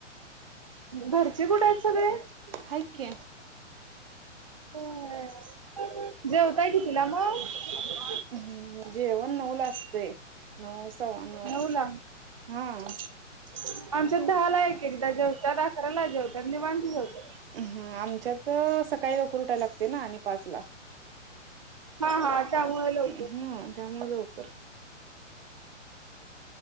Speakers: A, on the right; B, on the right.
A: घरची कुठेत सगळे.
B: हाय की
A: हम्म <inaudible> जेवताय किती ला मगं <inaudible>
B: हम्म जेवण नऊ ला अस. ते नऊ सव्वा नऊ
A: नऊला
B: हां...
A: <inaudible> आमच्यात दहा ला एकएक दा जेवत्यात अकराला जेवत्यात निवांत जेवतात.
B: हम्म आमच्यात ह सकाळी लवकर उठायला लाग...... ते आणि पाचला
A: हा हा त्यामुळे लवकर
B: हम्म त्यामुळं लवकर...